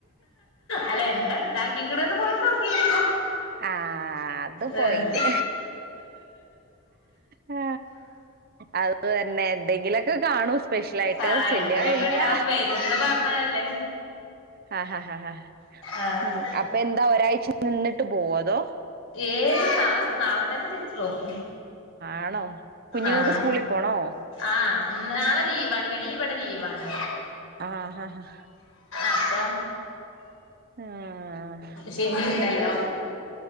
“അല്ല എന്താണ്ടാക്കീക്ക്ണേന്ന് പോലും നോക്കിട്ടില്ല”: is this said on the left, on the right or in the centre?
Left